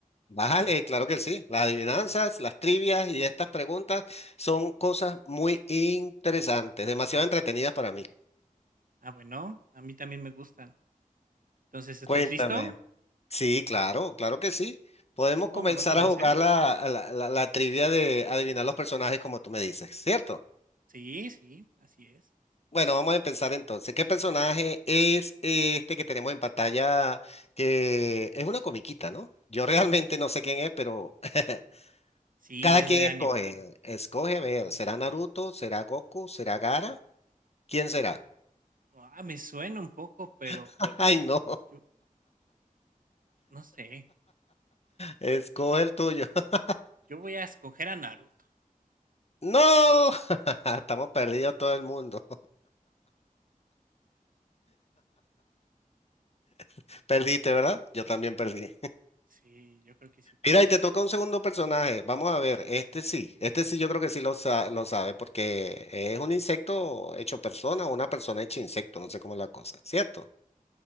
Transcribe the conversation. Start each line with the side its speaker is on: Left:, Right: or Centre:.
Left: Bájale, claro que sí. Las adivinanzas, las trivias y estas preguntas son cosas muy interesantes, demasiado entretenidas para mí.
Right: Ah, bueno, a mí también me gustan. Entonces, ¿estás
Left: Cuéntame.
Right: listo?
Left: Sí, claro, claro que sí. Podemos
Right: ¿Listísimo?
Left: comenzar
Right: ¿Me vas a
Left: a
Right: vencer?
Left: jugar la, la, la la trivia de adivinar los personajes como tú me dices, ¿cierto?
Right: Sí, sí, así es.
Left: Bueno, vamos a empezar entonces. ¿Qué personaje es eh, este que tenemos en pantalla que es una comiquita, ¿no? Yo realmente no sé quién es, pero <laughs>
Right: Sí,
Left: cada
Right: es
Left: quien
Right: de anime.
Left: escoge. Escoge, a ver, ¿será Naruto? ¿Será Goku? ¿Será Gara? ¿Quién será?
Right: Ah, me suena un poco, pero
Left: <laughs> Ay, no,
Right: yo no sé.
Left: escoge el tuyo. <laughs>
Right: Yo voy a escoger a Naruto.
Left: No, <laughs> estamos perdidos todo el mundo. <laughs> Perdiste, ¿verdad? Yo también perdí.
Right: Sí, yo creo que sí perdí.
Left: Mira, y te toca un segundo personaje. Vamos a ver, este sí, este sí yo creo que sí lo, sa- lo sabe, porque es un insecto hecho persona o una persona hecha insecto, no sé cómo es la cosa, ¿cierto?